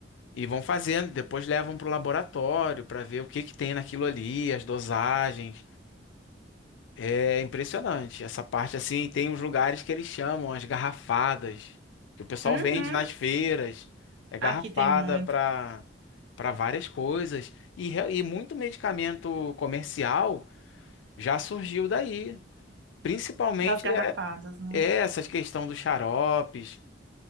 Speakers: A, on the left; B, on the right.
A: e vão fazendo, depois levam para o laboratório para ver o que que tem naquilo ali, as dosagens. É impressionante. Essa parte assim, tem uns lugares que eles chamam as garrafadas, que o pessoal
B: Uhum.
A: vende nas feiras. É garrafada
B: Aqui tem muito
A: para para várias coisas. E, re- e muito medicamento comercial já surgiu daí. Principalmente
B: das garrafadas,
A: é,
B: né?
A: é essas questão dos xaropes.